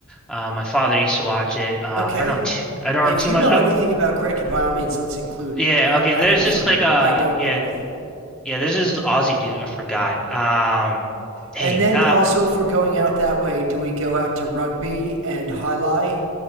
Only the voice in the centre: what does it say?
Uh, my father used to watch it. Uh,
I don't know, t I don't
know too
much.
Okay,
yeah,
okay.
There's just
like
uh,
yeah,
yeah. There's this Aussie dude. I forgot. Um, dang.
Uh,